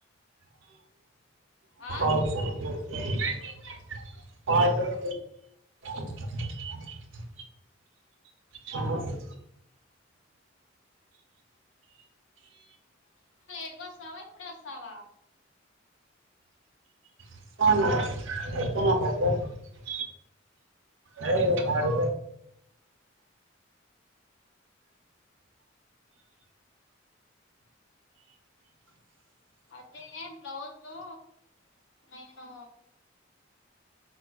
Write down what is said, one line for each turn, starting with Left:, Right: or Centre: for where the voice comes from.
Left: ఆ
Right: అబ్బాయి <inaudible> హాస్టల్ <inaudible> సమస్య
Left: ఈడి కొస్తావా ఇప్పుడే వస్తావా?
Right: <inaudible> అ ఇ పాడు
Left: అదే బ్లౌజు నేను